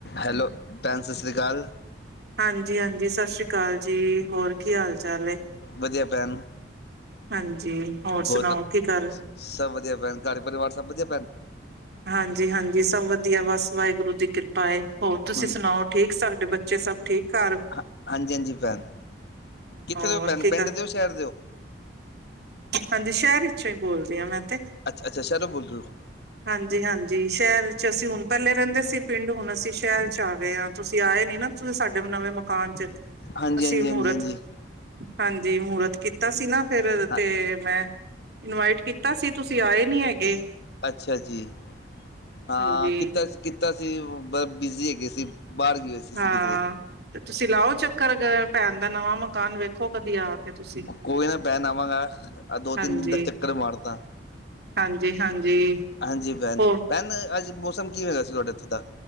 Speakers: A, on the left; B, on the right.
A: Hello, ਭੈਣ ਸਤਿ ਸ਼੍ਰੀ ਅਕਾਲ।
B: ਹਾਂਜੀ ਹਾਂਜੀ, ਸਤਿ ਸ਼੍ਰੀ ਅਕਾਲ ਜੀ। ਹੋਰ ਕੀ ਹਾਲ ਚਾਲ ਹੈ।
A: ਵਧੀਆ ਭੈਨ-
B: ਹਾਂਜੀ ਸੁਣਾਓ
A: ਹੋਰ ਕ
B: ਕੀ ਕਰ
A: ਸਭ ਵਧੀਆ ਪੈਣ, ਘਰ ਪਰਿਵਾਰ ਸਭ ਵਧੀਆ ਪੈਣ
B: ਹਾਂਜੀ ਹਾਂਜੀ ਸਭ ਵਧੀਆ, ਬਸ ਵਾਹਿਗੁਰੂ ਦੀ ਕਿਰਪਾ ਹੋਰ ਤੁਸੀਂ
A: ਹਾਂ
B: ਸੁਣਾਓ ਠੀਕ, ਸਾਡੇ ਬੱਚੇ ਸਭ ਠੀਕ ਘਰ
A: ਹਾਂ ਹਾਂਜੀ ਹਾਂਜੀ ਭੈਣ, ਕਿੱਥੇ
B: ਹੋਰ
A: ਦੇ ਹੋ ਭੈਣ
B: ਕੀ
A: ਪਿੰਡ
B: ਕਰ
A: ਦੇ ਹੋ ਸ਼ਹਿਰ ਦੇ ਹੋ
B: ਹਾਂਜੀ ਸ਼ਹਿਰ ਚੋਂ ਹੀ ਬੋਲਦੀ ਹਾਂ ਮੈਂ ਤੇ
A: ਅੱਛਾ-ਅੱਛਾ ਸ਼ਹਿਰੋਂ ਬੋਲ ਰਹੇ ਹੋ।
B: ਹਾਂਜੀ ਹਾਂਜੀ ਸ਼ਹਿਰ ਚ ਅਸੀਂ ਹੁਣ ਪਹਿਲੇ ਰਹਿੰਦੇ ਸੀ ਪਿੰਡ ਹੁਣ ਅਸੀਂ ਸ਼ਹਿਰ ਚ ਆ ਗਏ ਆ ਤੁਸੀਂ ਆਏ ਨੀ ਨਾ। ਤੁਸੀਂ ਸਾਡੇ ਵੀ ਨਵੇਂ ਮਕਾਨ ਚ
A: ਹਾਂਜੀ
B: ਅਸੀਂ
A: ਹਾਂਜੀ
B: ਮੂਰਤ,
A: ਹਾਂਜੀ ਹਾਂਜੀ
B: ਹਾਂਜੀ ਮੂਰਤ ਕੀਤਾ ਸੀ ਨਾ ਫੇਰ ਤੇ
A: ਹਾਂ
B: ਮੈਂ ਇਨਵਾਈਟ ਕੀਤਾ ਸੀ ਤੁਸੀਂ ਆਏ ਨੀ ਹੈਗੇ।
A: ਅੱਛਾ ਜੀ ਹਾਂ
B: ਹਾਂਜੀ
A: ਕਿੱਦਾਂ ਕੀਤਾ ਸੀ ਓ ਬ ਬਿਜੀ ਹੈਗੇ ਸੀ ਬਾਹਰ ਗਏ ਹੋਏ ਸੀ
B: ਹਾਂ
A: ਸੀ ਕਿਧਰੇ
B: ਤੇ ਤੁਸੀਂ ਲਾਓ ਚੱਕਰ ਪੈਣ ਦਾ ਨਵਾਂ ਮਕਾਨ ਵੇਖੋ ਕਦੀ ਆ ਕੇ ਤੁਸੀਂ
A: ਕੋਈ ਨਾ ਭੈਣ ਆਵਾਂਗਾ ਆਹ ਦੋ
B: ਹਾਂਜੀ
A: ਤਿੰਨ ਦਿਨ ਤੱਕ ਚੱਕਰ ਮਾਰਦਾ।
B: ਹਾਂਜੀ ਹਾਂਜੀ
A: ਹਾਂਜੀ ਭੈਣ
B: ਹੋਰ
A: ਭੈਣ ਅੱਜ ਮੌਸਮ ਕੀ ਹੋਇਆ ਸੀ ਥੋਡੇ ਇੱਥੇ ਦਾ।